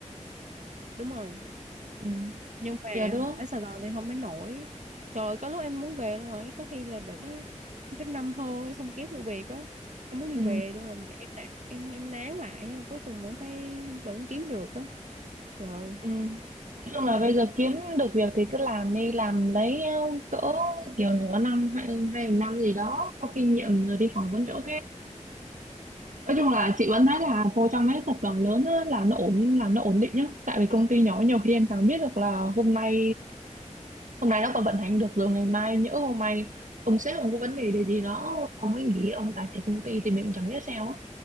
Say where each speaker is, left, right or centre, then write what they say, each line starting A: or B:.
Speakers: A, on the right; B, on the right.
A: đúng rồi
B: Ừ.
A: nhưng mà
B: Nhiều đứa.
A: ở Sài Gòn thì không đến nổi trời ơi, có lúc em muốn về luôn rồi có khi là đợt đó em phải năm hơn em không kiếm được việc á em muốn đi
B: Ừ.
A: về luôn rồi mà em nản- em em nán lại cuối cùng vẫn thấy vẫn kiếm được á trời ơi,
B: Ừ. Nói chung là
A: cũng
B: bây giờ kiếm được việc thì cứ làm đi làm đấy ờ, cỡ kiểu nửa năm hai hai một năm gì đó có kinh nghiệm rồi đi phỏng vấn chỗ khác nói chung là chị vẫn thấy là vô trong mấy tập đoàn lớn á, là nó ổn làm nó ổn định nhá tại vì công ty nhỏ nhiều khi em chẳng biết được là hôm nay hôm nay nó còn vận hành được rồi ngày mai nhỡ hôm nay ông sếp ông có vấn đề gì gì đó ông ấy nghỉ ông giải thể công ty thì mình cũng chẳng biết sao á.